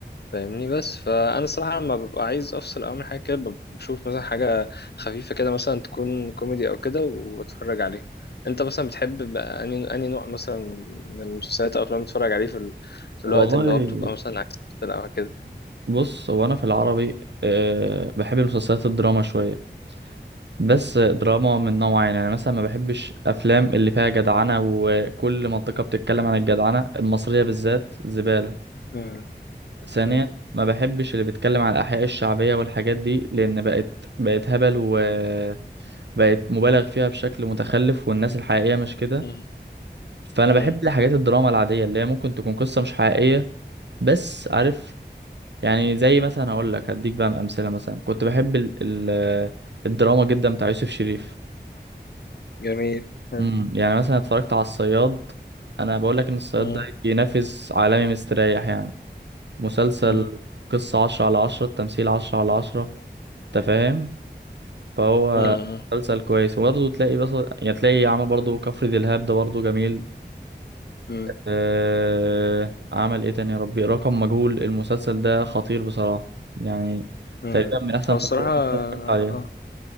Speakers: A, on the left; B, on the right.
A: فاهمني بس فانا الصراحة لما ببقى عايز افصل او من حاجة كده بب- بشوف مثلا حاجة خفيفة كده مثلا تكون كوميدي او كده واتفرج عليها انت مثلا بتحب بقى اني اني نوع مثلا من المسلسلات او افلام تتفرج عليه في ال... في
B: والله
A: الوقت اللي هو بتبقى مثلا عايز تفصل او كده
B: بص هو انا في العربي أه بحب المسلسلات الدراما شوية بس دراما من نوع يعني انا مثلا ما بحبش افلام اللي فيها جدعنه وكل منطقه بتتكلم عن الجدعنه المصريه بالذات زباله
A: مم.
B: ثانيا
A: مم.
B: ما بحبش اللي بيتكلم عن الاحياء الشعبيه والحاجات دي لان بقت بقت هبل وبقت مبالغ فيها بشكل متخلف والناس الحقيقيه مش كده
A: مم.
B: فانا بحب
A: مم.
B: الحاجات الدراما العاديه اللي هي ممكن تكون قصه مش حقيقيه بس عارف يعني زي مثلا هقول لك هديك بقى امثله مثلا كنت بحب ال ال الدراما جدا بتاع يوسف شريف
A: جميل حلو.
B: امم يعني مثلا اتفرجت على الصياد انا بقول لك ان الصياد
A: مم.
B: ده بينافس عالمي مستريح يعني مسلسل
A: مم.
B: قصة عشرة على عشرة التمثيل عشرة على عشرة انت فاهم فهو
A: مم.
B: مسلسل كويس وبرضه تلاقي بس يعني تلاقي عمل برضه كفر دلهاب ده برضه جميل
A: مم.
B: أه... عمل ايه تاني يا ربي رقم مجهول المسلسل ده خطير بصراحة يعني
A: مم.
B: تقريبا من احسن
A: هو
B: المسلسلات
A: الصراحة
B: اللي اتفرجت عليها
A: اه